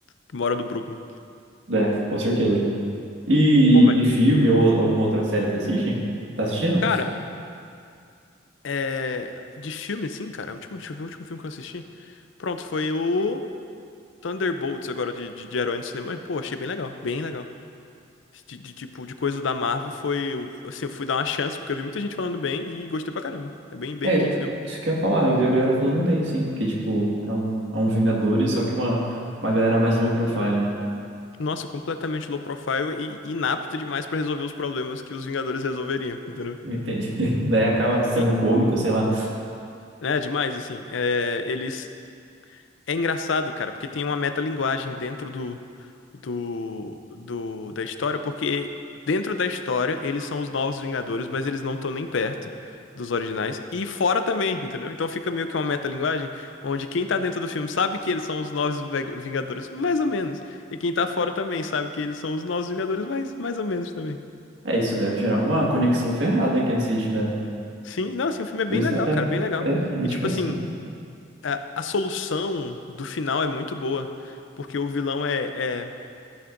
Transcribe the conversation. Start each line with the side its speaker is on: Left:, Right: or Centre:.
Left: que mora do Brooklyn.
Right: É, com certeza. E,
Left: Pô, mas,
Right: e filme ou alguma outra série você assiste? Tá assistindo?
Left: cara, é... de filme, assim, cara, a última- deixa eu ver o último filme que eu assisti. Pronto, foi o. Thunderbolts agora de, de, de herói no cinema. E, pô, achei bem legal, bem legal. De, de tipo, de coisa da Marvel foi. o- Assim, eu fui dar uma chance, porque eu vi muita gente falando bem e gostei pra caramba. É bem, bem
Right: É,
Left: bom
Right: isso
Left: o filme.
Right: isso que eu ia falar. Eu vi a galera falando bem, sim. Que, tipo, é um, é um Vingadores, só que uma, uma galera mais low profile, né?
Left: Nossa, completamente low profile e inapto demais pra resolver os problemas que os Vingadores resolveriam, entendeu?
Right: Entende? <laughs> Daí acaba sendo
Left: E
Right: cômico, sei lá.
Left: é demais, assim. É, eles. É engraçado, cara, porque tem uma metalinguagem dentro do, do, do- da história, porque dentro da história eles são os novos Vingadores, mas eles não estão nem perto dos originais, e fora também, entendeu? Então fica meio que uma metalinguagem onde quem tá dentro do filme sabe que eles são os novos Ve- Vingadores, mais ou menos, e quem tá fora também sabe que eles são os novos Vingadores, mas mais ou menos também.
Right: É, isso deve gerar uma conexão ferrada em quem assiste, né?
Left: Sim, não, assim, o filme é
Right: Por
Left: bem
Right: isso
Left: legal,
Right: é,
Left: cara, bem legal.
Right: é identificação.
Left: E tipo assim, a, a solução do final é muito boa, porque o vilão é é-